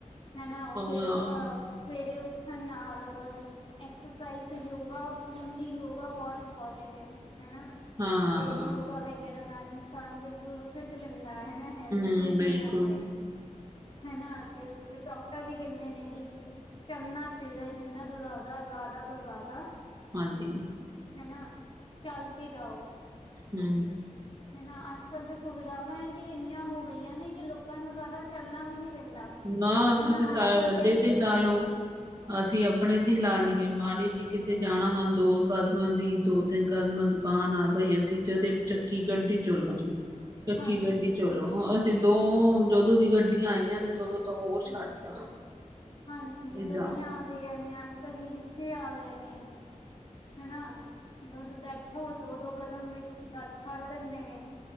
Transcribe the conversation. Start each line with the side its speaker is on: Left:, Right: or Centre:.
Left: ਹਨਾ, ਉਹ
Right: ਹਾਂ
Left: ਫਿਰ ਅ ਸਵੇਰੇ ਉੱਠਣ ਨਾਲ ਔਰ ਐਕਸਰਸਾਈਜ਼, ਯੋਗਾ ਮੇਨਲੀ ਯੋਗਾ ਬਹੁਤ ਇੰਪੋਰਟੈਂਡ ਏ ਹਨਾ
Right: ਹਾਂ
Left: ਤੇ ਯੋਗਾ
Right: ਹਮ
Left: ਵ ਵਗੈਰਾ ਨਾਲ ਇਨਸਾਨ ਬਿਲਕੁਲ ਫਿੱਟ ਰਹਿੰਦਾ ਹੈ ਹਨਾ, ਹੈਲਥ ਇਸੂ
Right: ਹਮ ਬਿਲਕੁਲ
Left: ਨਹੀਂ ਆਉਂਦੇ ਹਨਾ ਤੇ ਫਿਰ ਡ ਡਾਕਟਰ ਵੀ ਕਹਿੰਦੇ ਕਿ ਚੱਲਣਾ ਚਾਹੀਦਾ ਜਿੰਨਾ ਤੋਂ ਜ਼ਿਆਦਾ ਜ਼ਿਆਦਾ ਤੋਂ ਜ਼ਿਆਦਾ।
Right: ਹਾਂਜੀ
Left: ਹੈ ਨਾ, ਚੱਲ ਕੇ ਜਾਓ।
Right: ਹੂੰ
Left: ਹੈ ਨਾ, ਅੱਜ ਕੱਲ੍ਹ ਤੇ ਸੁਵਿਧਾਵਾਂ ਵੀ ਇੰਨੀਆਂ ਹੋ ਗਈਆਂ ਨੇ ਕਿ ਲੋਕਾਂ ਨੂੰ ਜ਼ਿਆਦਾ ਚੱਲਣਾ ਵੀ ਨੀ ਪੈਂਦਾ।
Right: ਨਾ
Left: ਹਨਾ
Right: ਤੁਸੀਂ ਸ
Left: ਅੱਜ ਕੱਲ੍ਹ
Right: ਅੱਡੇ ਤੇ ਨਾ ਲਉ। ਅਸੀਂ ਆਪਣੇ ਤੇ ਲਾ ਲਈਏ ਮਾੜੀ ਜੀ ਕਿਤੇ ਜਾਣਾ ਵਾ ਦੋ ਕਦਮਾਂ ਵੀ ਦੋ ਤਿੰਨ ਕਦਮਾਂ ਦੁਕਾਨ ਆ ਬਈ ਅਸੀਂ ਜਦੇ ਚੱਕੀ ਗੱਡੀ ਚਲੋ ਜੀ ਚੱਕੀ
Left: ਹਾਂਜੀ
Right: ਗੱਡੀ ਚਲੋ ਹਾਂ ਅ ਤੇ ਦੋ ਜਦੋਂ ਦੀ ਗੱਡੀਆਂ ਆਈਆਂ ਨੇ ਤੇ ਉਦੋਂ ਤਾਂ ਹੋਰ ਛੱਡਤਾ।
Left: ਹਾਂਜੀ ਹਾਂਜੀ,
Right: ਏਦਾਂ
Left: ਗੱਡੀਆਂ
Right: ਹਾਂ
Left: ਆ ਗਈਆਂ ਨੇ ਅੱਜ ਕੱਲ੍ਹ ਈ ਰਿਕਸ਼ੇ ਆ ਗਏ ਨੇ। ਹੈ ਨਾ, ਬਸ ਬੈਠੋ ਦੋ ਦੋ ਕਦਮ ਵਿੱਚ ਘਰ ਛੱਡ ਦਿੰਦੇ ਨੇ।